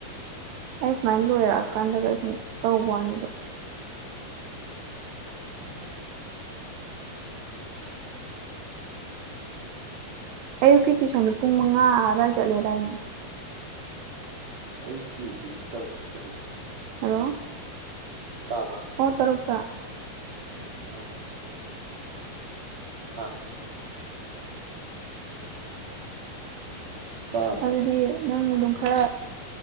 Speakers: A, on the right; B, on the right.
A: ꯑꯩ ꯁꯨꯃꯥꯏꯅ ꯂꯣꯏꯔꯛꯑꯀꯥꯟꯗꯒ ꯁꯨꯝ ꯇꯧꯕ ꯋꯥꯅꯤꯗꯣ
B: <inaudible>
A: ꯑꯌꯨꯛꯀꯤ ꯇꯨꯏꯁꯟꯗꯨꯣ ꯄꯨꯡ ꯃꯉꯥ ꯑꯗꯨꯗꯥꯋꯥꯏ ꯆꯠꯂꯦꯗꯏꯅꯦ
B: ꯑꯌꯨꯛꯀꯤꯗꯤ ꯇꯔꯨꯛꯇ ꯆꯠꯂꯦ
A: ꯍꯂꯣ
B: ꯇꯥꯕ꯭ꯔꯥ
A: ꯍ ꯇꯔꯨꯛꯛꯇ
B: ꯎꯝ ꯇꯧꯛꯇ ꯁꯠꯄ ꯍꯥ ꯇꯥꯔꯕ
A: ꯑꯗꯨꯗꯤ ꯅꯪ ꯃꯝ ꯑ